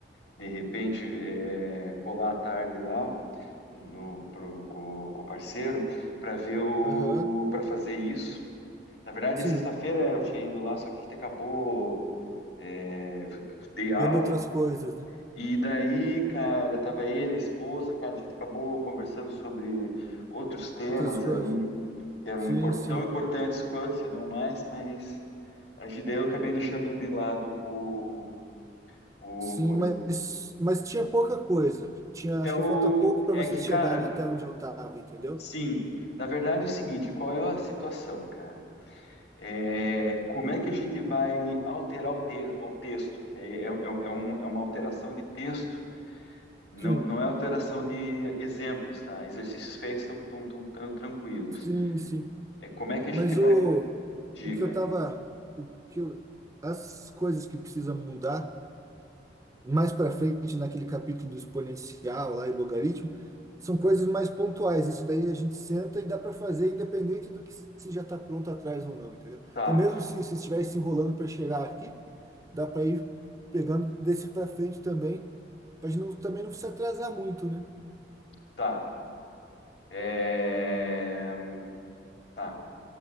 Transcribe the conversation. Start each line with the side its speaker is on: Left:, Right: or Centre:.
Left: de repente, é, colar à tarde lá no, pro, com, com o parceiro pra ver o,
Right: Aham.
Left: para fazer isso. Na verdade,
Right: Sim,
Left: sexta-feira eu tinha ido lá, só que a gente acabou, é, eu dei
Right: vendo
Left: aula.
Right: outras coisas, né?
Left: E daí, cara, tava ele, a esposa, cara, a gente acabou conversando sobre outros temas
Right: Outras coisas.
Left: aí, que eram
Right: Sim,
Left: impor-
Right: sim.
Left: tão importantes quanto, se não mais, mas a gente- daí eu acabei deixando de lado o, o
Right: Sim,
Left: coisa.
Right: mas mas tinha pouca coisa. Tinha, acho
Left: É o,
Right: que falta pouco para
Left: é
Right: vocês
Left: que, cara,
Right: chegarem até onde eu tava, entendeu?
Left: sim, na verdade é o seguinte, qual é a situação, cara? É, como é que a gente vai alterar o, te- o texto? Que é, é, é um- é uma alteração de texto Não,
Right: Sim.
Left: não é alteração de exemplos, tá? Exercícios feitos estão tão, tão, tão tranquilos.
Right: Sim, sim.
Left: É como é que a
Right: Mas
Left: gente vai.
Right: o,
Left: Diga,
Right: o que eu tava, o que eu- as coisas que precisam mudar mais para frente naquele capítulo do exponencial lá e logaritmo são coisas mais pontuais. Isso daí a gente senta e dá para fazer independente do que se já está pronto atrás ou não, entendeu?
Left: tá,
Right: Então mesmo se se estiver se enrolando para chegar aqui, dá para ir pegando desse para frente também, para não também não se atrasar muito, né?
Left: tá. É... Tá.